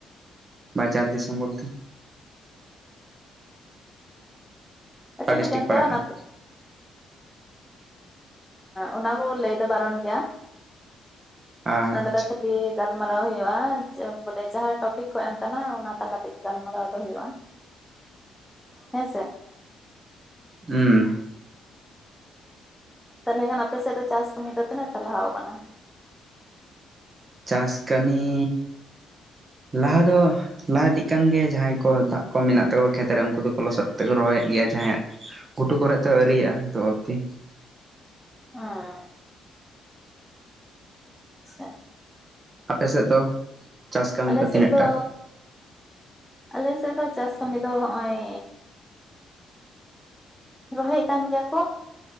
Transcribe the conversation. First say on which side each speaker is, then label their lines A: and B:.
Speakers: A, on the right (about 30°); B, in the centre.
A: ᱵᱟᱡᱟᱨ ᱫᱤᱥᱚᱢ ᱵᱚᱞᱛᱮ
B: ᱟᱪᱪᱷᱟ
A: ᱚᱠᱟ ᱰᱤᱥᱴᱤᱠ
B: ᱴᱷᱤᱠᱟᱹᱱ
A: ᱯᱟᱲᱟᱜ
B: ᱜᱮᱭᱟ ᱚᱱᱟ
A: ᱠᱟᱱᱟ?
B: ᱚᱱᱟ ᱠᱚ ᱞᱟᱹᱭ ᱫᱚ ᱵᱟᱨᱚᱱ ᱜᱮᱭᱟ
A: ᱟᱪᱪᱷᱟ
B: ᱱᱚᱰᱮ ᱫᱚ ᱠᱤ ᱜᱟᱞᱢᱟᱨᱟᱣ ᱦᱩᱭᱩᱜ-ᱟ ᱵᱚᱞᱮ ᱡᱟᱦᱟᱸ ᱴᱚᱯᱤᱠ ᱠᱚ ᱮᱢ ᱠᱟᱱᱟ ᱚᱱᱟ ᱛᱟᱞᱟ ᱛᱮᱜᱮ ᱜᱟᱞᱢᱟᱨᱟᱣ ᱫᱚ ᱦᱩᱭᱩᱜ-ᱟ᱾
A: <unintelligible>
B: ᱦᱮᱸ ᱥᱮ᱾
A: ᱦᱩᱸ ᱾
B: ᱛᱟᱦᱚᱞᱮ ᱠᱷᱟᱱ ᱟᱯᱮ ᱥᱮᱫ ᱫᱚ ᱪᱟᱥ ᱠᱟᱹᱢᱤ ᱫᱚ ᱛᱤᱱᱟᱹᱜ ᱴᱟ ᱞᱟᱦᱟᱣ ᱟᱠᱟᱱᱟ?
A: ᱪᱟᱥ ᱠᱟᱹᱢᱤ ᱞᱟᱦᱟ ᱫᱚ ᱞᱟᱦᱟ ᱤᱫᱤᱜ ᱠᱟᱱ ᱜᱮᱭᱟ ᱡᱟᱦᱟᱸᱭ ᱠᱚ ᱫᱟᱜ ᱠᱚ ᱢᱮᱱᱟᱜ ᱛᱟᱠᱚᱣᱟ ᱠᱷᱮᱛᱨᱮ ᱩᱱᱠᱩ ᱫᱚᱠᱚ ᱞᱚᱥᱚᱫ ᱠᱟᱛᱮ ᱠᱚ ᱨᱚᱦᱚᱭᱮᱫ ᱜᱮᱭᱟ, ᱡᱟᱦᱟᱸᱭᱟᱜ ᱜᱷᱩᱴᱩ ᱠᱚᱨᱮ ᱫᱚ ᱟᱹᱨᱤᱭᱟᱜ-ᱟ, ᱛᱚ ᱛᱤ
B: <unintelligible> <unintelligible>
A: ᱟᱯᱮ ᱥᱮᱫ ᱫᱚ ᱪᱟᱥ ᱠᱟᱹᱢᱤ
B: ᱟᱞᱮ
A: ᱠᱚ ᱛᱤᱱᱟᱹᱜ
B: ᱥᱮᱫ ᱫᱚ
A: ᱴᱟ
B: ᱟᱞᱮ ᱥᱮᱫ ᱫᱚ ᱪᱟᱥ ᱠᱟᱹᱢᱤ ᱫᱚ ᱦᱚᱜ-ᱚᱭ ᱨᱚᱦᱚᱭᱮᱫ ᱠᱟᱱ ᱜᱮᱭᱟ ᱠᱚ